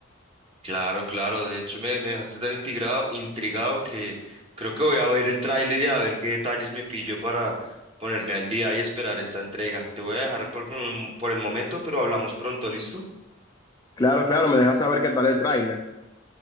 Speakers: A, on the right; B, on the left.
A: Claro, claro, de hecho me, me dejaste tan intrigado, intrigado que creo que voy a ver el tráiler y a ver qué detalles me pillo para ponerme al día y esperar esta entrega. Te voy a dejar por, por el momento, pero hablamos pronto, ¿listo?
B: Claro, claro, me dejas saber qué tal el tráiler.